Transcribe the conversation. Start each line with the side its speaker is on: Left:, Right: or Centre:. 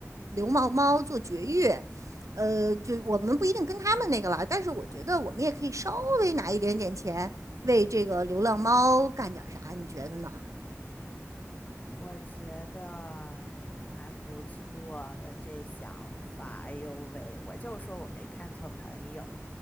Right: 流浪猫做绝育，呃，就我们不一定跟他们那个了，但是我觉得我们也可以稍微拿一点点钱为这个流浪猫干点啥，你觉得呢？
Left: 我觉得蛮不错的这想法。哎呦喂，我就说我没看错朋友，